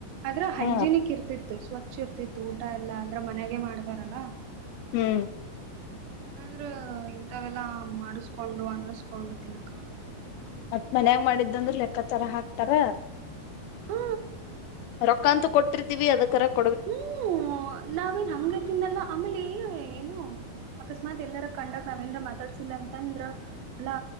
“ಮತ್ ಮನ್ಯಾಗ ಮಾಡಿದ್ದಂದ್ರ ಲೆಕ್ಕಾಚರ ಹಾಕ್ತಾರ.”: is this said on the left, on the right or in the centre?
Left